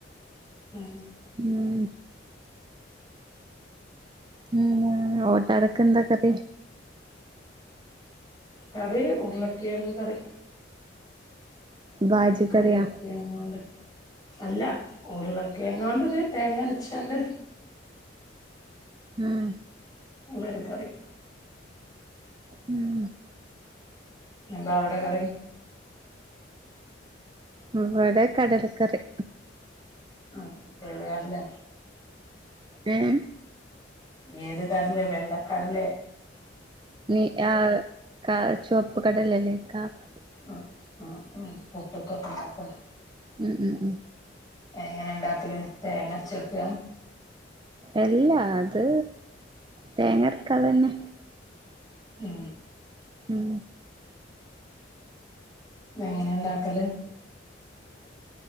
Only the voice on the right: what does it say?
ഉം ഉം ഓട്ടടെക്കന്താ കറി
ബാജി കറിയാ
ഉം
ഉം
ഇവടെ കടലക്കറി
ഏഹ്
ഉം ആ കാ ചുവപ്പ് കടലല്ലേ ക്കാപ്
ഉം ഉം ഉം
എല്ലാ അത് തേങ്ങര്ക്കാതെന്നെ
ഉം